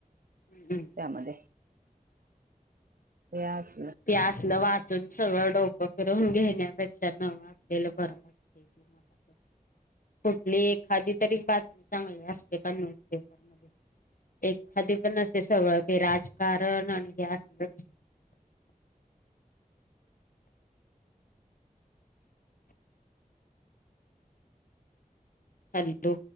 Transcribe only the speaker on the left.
हम्म
ते असलवा अजून सगळं डोकं फिरून घेण्यापेक्षा न वाचलेलं बरं वाटते ते मला. कुठली एखादी तरी बातमी चांगली असते का न्यूजपेपर मध्ये? एखादी पण असते सगळं ते राजकारण आणि हे असलच हॅलो.